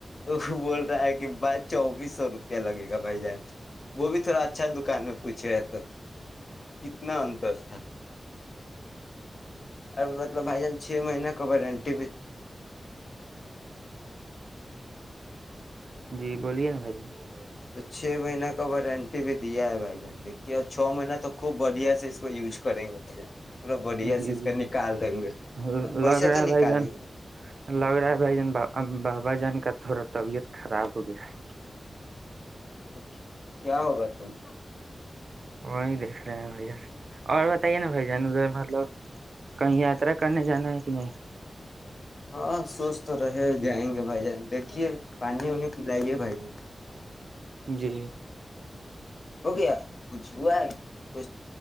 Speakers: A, on the left; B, on the right.
A: تو وہ بول رہا ہے کہ بس چوبیس سو روپیہ لگے گا بھائی جان وہ بھی تھوڑا اچھا دکان ہے پوچھے تو اتنا انتر تھا اور م <inaudible> <inaudible> بھائی جان چھ مہیین کا وارنٹی بھی
B: جی بولیے نا بھائی <unintelligible>
A: تو چھ مہینہ کا <unintelligible> کا وارنٹی بھی دیا ہے بائی جان دیکھیے اور چو مہینہ تو خوب بڑھیا سے اس کو یوز کریں گے بھائی جان <unintelligible> بڑھیا
B: جی
A: سے اس
B: ج
A: کا نکال دیں گے پیسہ
B: لگ رہا
A: تو
B: ہے
A: نکالیں
B: بھائی جان
A: گے تو
B: لگ رہا ہے بھائی جان بابا جان کا تھڑا <unintelligible> طبیعت خراب ہو گیا ہے
A: تو کیا ہوگا ت <unintelligible>
B: ہاں نہیں دے <unintelligible> بھ جان اور بتائیے نا بھ جان ادھر مطلب کہیں یاترا کرنے جانا ہے کہ نہیں <unintelligible>
A: ہاں سوچ تو رہے جائیں گے بھائی جان دیکھ دھیے پانی وانی پلائیے بھائی ج <unintelligible>
B: جی
A: ہو گیا کچھ ہوا ہے کچھ